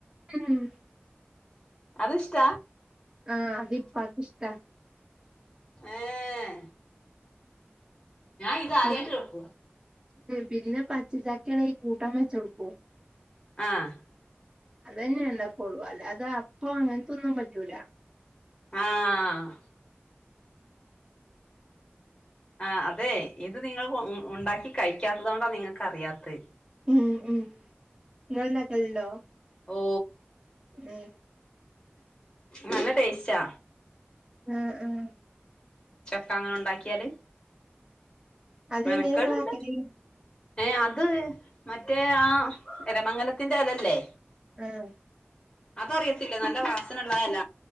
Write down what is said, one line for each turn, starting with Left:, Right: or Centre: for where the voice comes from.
Right: ഉം
Left: അതിഷ്ട
Right: ആഹ് ത്പ്പാകിഷ്ട
Left: ഏ ഏ ഞാൻ ഇത് ആദ്യയട്ട്
Right: പി
Left: കേൾക്കുവ
Right: പിന്നെ പച്ചചക്കെണ കൂട്ടം വെച്ച കൊടുക്കൂ
Left: ആഹ്
Right: തന്നെ ഉണ്ടകൊളു അല്ലതെ അപ്പൊ അങ്ങൻത്തൊന്നും പറ്റൂല
Left: ആഹ് ആ അതെ ഇത് നിങ്ങൾ ഉണ്ടാക്കി കഴിക്കാത്തത് കൊണ്ടാ നിങ്ങൾക്ക് അറിയാത്ത
Right: ഉം ഉം ങ്ങൾ ണ്ടാക്കൽ ണ്ടോ?
Left: ഓ
Right: മ്
Left: നല്ല ടേസ്റ്റാ
Right: ഉം ഉം
Left: ചക്ക അങ്ങനെ ഉണ്ടാക്കിയാല്
Right: അതെങ്ങനെ
Left: മെനക്കെട്
Right: ഇങ്ങള്
Left: ഇണ്ട്
Right: ആക്കല്
Left: ഏ അത് മറ്റേ ആ എരമംഗലത്ത്ന്റെ എലല്ലേ
Right: ആഹ്
Left: അതു അറിയത്തില്ലെ നല്ല വാസനള്ള ആ എല